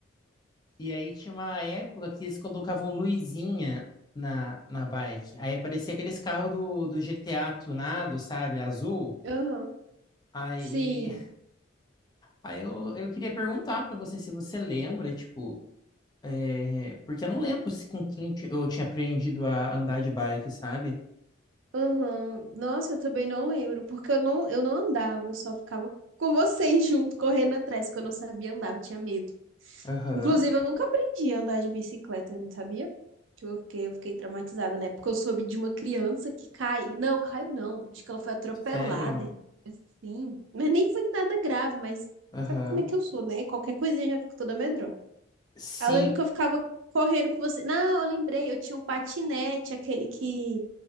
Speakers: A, on the left; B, on the right.
A: E aí tinha uma época que eles colocavam luzinha na, na bike. Aí parecia aqueles carros do, do GTA tunado, sabe? Azul.
B: Uhum.
A: Aí,
B: Sim.
A: aí eu, eu queria perguntar pra você se você lembra, tipo, é, porque eu não lembro se com quem ti- eu tinha aprendido a andar de bike, sabe?
B: Aham. Nossa, eu também não lembro, porque eu não, eu não andava, eu só ficava com vocês <laughs> junto, correndo atrás, porque eu não sabia andar, eu tinha medo.
A: Aham.
B: Inclusive, eu nunca aprendi a andar de bicicleta, não sabia? Porque eu fiquei traumatizada, né? Porque eu soube de uma criança que cai. Não, caiu não. Acho que ela foi atropelada
A: Sério?
B: e assim. Mas nem foi nada grave, mas
A: Aham.
B: sabe como é que eu sou, né? Qualquer coisinha eu já fico toda medrosa.
A: Sim.
B: Aí eu lembro que eu ficava correndo com você. Não, eu lembrei, eu tinha um patinete, aquele que